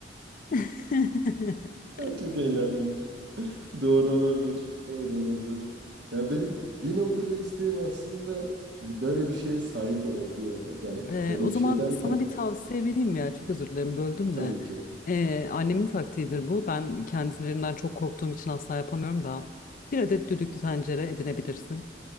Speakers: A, on the left (about 45°); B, on the right (about 70°).
A: <laughs>
B: Çok eğlendim. Doğru olabilir. Doğru olabilir. Ya benim bir noktada isteğim aslında hani böyle bir şeye sahip olabiliyor olmak. Yani
A: Ee,
B: böyle
A: o
B: bir
A: zaman
B: şey derken
A: sana bir tavsiye vereyim ya. Çok özür dilerim böldüm
B: tabii
A: de.
B: ki.
A: Ee, annemin taktiğidir bu. Ben kendilerinden çok korktuğum için asla yapamıyorum da. Bir adet düdüklü tencere edinebilirsin.